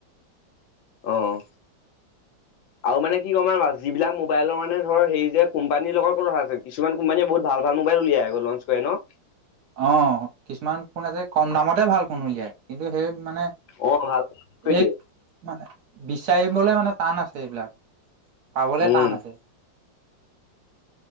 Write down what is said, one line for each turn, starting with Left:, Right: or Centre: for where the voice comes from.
Left: অহ আৰু মানে কি ক'ম আৰু যিবিলাক মোবাইলৰ মানে ধৰ হে যে কোম্পানীৰ লগত কথা আছে কিছুমান কোম্পানীয়ে বহুত ভাল ভাল মোবাইল উলিয়াই আৰু লঞ্চ কৰে ন
Right: অ কিছুমান ফোন এছে কম দামতে ভাল ফোন উলিয়াই কিন্তু সেই মানে
Left: অ ভাল কৰি
Right: এই
Left: দিয়ে
Right: মানে বিচাৰিবলে মানে টান আছে এইবিলাক পাবলে
Left: উম
Right: টান আছে